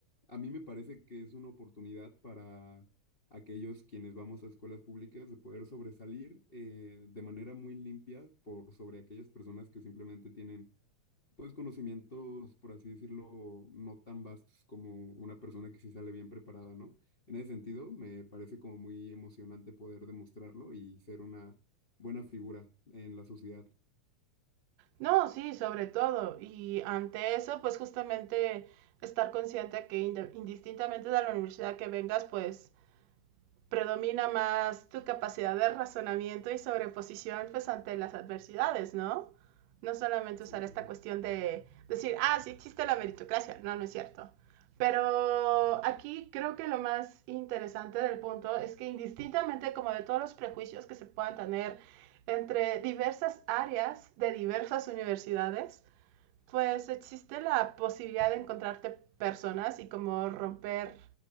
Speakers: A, on the left; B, on the right.
A: a mí me parece que es una oportunidad para aquellos quienes vamos a escuelas públicas de poder sobresalir eh, de manera muy limpia por sobre aquellas personas que simplemente tienen, pues, conocimientos, por así decirlo, no tan vastos como una persona que sí sale bien preparada, ¿no? En ese sentido, me parece como muy emocionante poder demostrarlo y ser una buena figura en la sociedad.
B: No, sí, sobre todo. Y ante eso, pues justamente estar consciente que inde- indistintamente de la universidad que vengas, pues predomina más tu capacidad de razonamiento y sobreposición pues ante las adversidades, ¿no? No solamente
A: Sí,
B: usar
A: claro.
B: esta cuestión de decir, ah, sí existe la meritocracia, no, no es cierto. Pero
A: <laughs>
B: aquí creo que lo más interesante del punto es que indistintamente como de todos los prejuicios que se puedan tener entre diversas áreas de diversas universidades, pues existe la posibilidad de encontrarte personas y como romper